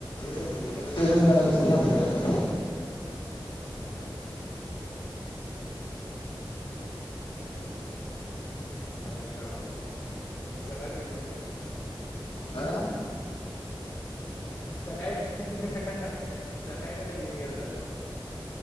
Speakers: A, on the left; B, on the left.
A: च तेिजून गेला दुसर आमच्या गला.
B: हम्म. अरे अरे का मजा का नाही येऊन गेलस
A: आ
B: सकाळी सकाळी कोणा जिन गेल तस